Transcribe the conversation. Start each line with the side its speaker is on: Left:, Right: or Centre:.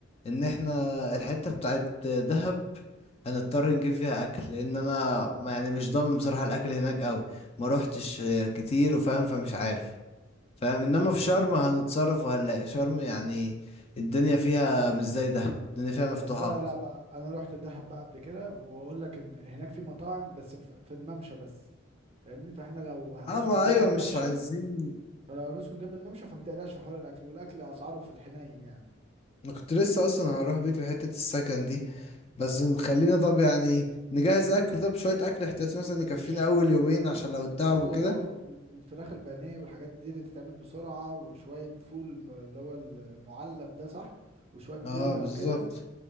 Left: ان احنا الحتة بتاعت دهب هنضطر نجيب فيها اكل لان انا ما- يعني مش ضامن بصراحة الاكل هناك قوي ما روحتش آه، كتير وفاهم فمش عارف فاهم انما
Right: اه فهمت
Left: في شرم هنتصرف وهنلاقي شرم يعني الدنيا فيها مش زي دهب الدنيا فيها مفتوحة
Right: بس انا
Left: اكتر
Right: لا بقى انا رحت دهب بقى قبل كده واقول لك ان هناك في مطاعم بس في في الممشى بس فاهمني فاحنا لو هنسكن
Left: اه ما
Right: جنب
Left: ايوه
Right: الممشى
Left: مش عايزين
Right: فلو نسكن جنب الممشى فما تقلقش في حوار الاكل والاكل اسعاره في الحنين يعني
Left: انا كنت لسه اصلا هروح بيك لحتة السكن دي بس نخلينا طب يعني نجهز اكل طب شوية اكل احتياطي مثلا
Right: ماشي
Left: يكفينا اول يومين عشان
Right: ناخد
Left: لو التعب
Right: ناخد
Left: وكده
Right: اللي هو ف- الفراخ البانيه والحاجات دي اللي تتعمل بسرعه وشويه فول م- اللي هو المعلب ده صح وشويه
Left: اه
Right: تونه
Left: بالظبط
Right: وكده